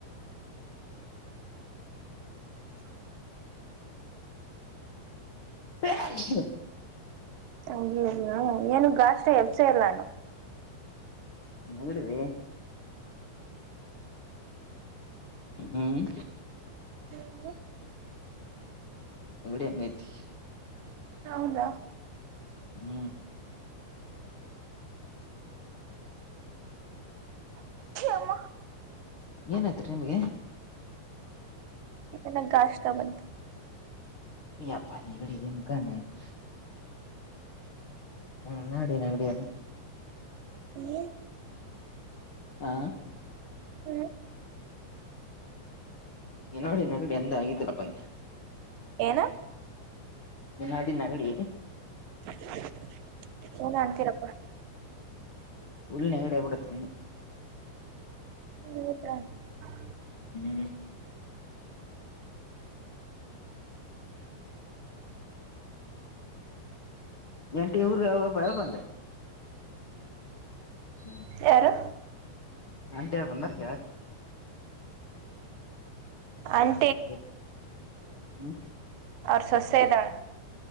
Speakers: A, on the left; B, on the right.
A: ಹ್ಮ್
B: ಅಯ್ಯಯ್ಯೋ ಏನುಗ್ ಗಾಸ್ಟ್ ಎಪ್ಸೇ ಇಲ್ಲ ನಾನು
A: ನೆಗಡಿ ರಿ ಹ್ಮ್
B: ಹ್ಮ್ <inaudible>
A: ನೆಗಡಿ ಹೆಂಗೈತಿ
B: ಹೌದ
A: ಹ್ಮ್
B: ಅಮ್ಮ
A: ಏನಾಯ್ತುರಿ ನಿಮ್ಗೆ
B: ಏನೋ ಗಷ್ಕಾ ಬಂತು
A: ಯ ಪ ನೆಗಡಿ ಇನ್ನು ಕಡಿಮೆ ಆಗಿಲ್ಲ ಹ್ಮ ನಡಿ ನಡಿ
B: ಹ್ಮ್
A: ಹಾ
B: ಏನ
A: ನೋಡಿ ಎಂದ ಆಗಿದ್ದರಪ್ಪಂದೆ
B: ಏನು
A: ನಾಡಿ ನೆಗಡಿ
B: <inaudible> ಏನೋ ಅಂತಿರಪ್ಪ
A: ಫುಲ್ ನೆಗಡಿ ಆಗ್ಬಿಟ್ಟೈತೆ
B: ಹೌದಾ ಹ್ಮ
A: ಹ್ಮ್ ಆಂಟಿ ಊರ್ಗ ಒಬ್ಬ ಬಂದ್ರಿ ಹ್ಮ್
B: ಯಾರು
A: ಆಂಟಿ ಯಾರು ಬಂದಾರಕ
B: ಅನ್
A: ಎಷ್ಟ ಹ್ಮ್
B: ಅವರ್ ಸೊಸೆನಾ